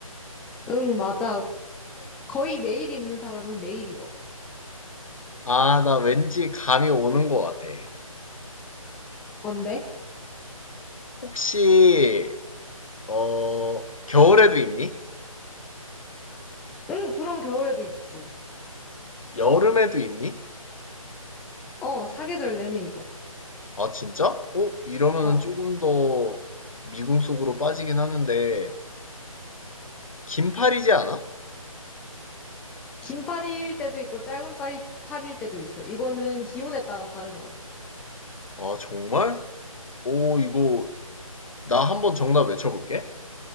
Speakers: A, in the centre; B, on the left.
A: 응, 맞아. 거의 매일 입는 사람은 매일 입어.
B: 아, 나 왠지 감이 오는 것 같아.
A: 뭔데?
B: 혹시 어 겨울에도 입니?
A: 응, 그런 겨울에도 있지.
B: 여름에도 입니?
A: 어, 사계절 내내 입어.
B: 아 진짜? 어 이러면은
A: 어.
B: 조금 더 미궁 속으로 빠지긴 하는데 긴팔이지 않아?
A: 긴 팔일 때도 있고, 짧은 팔- 팔일 때도 있어. 이거는 기온에 따라 다른 거야.
B: 아 정말? 오 이거 나 한번 정답 외쳐볼게.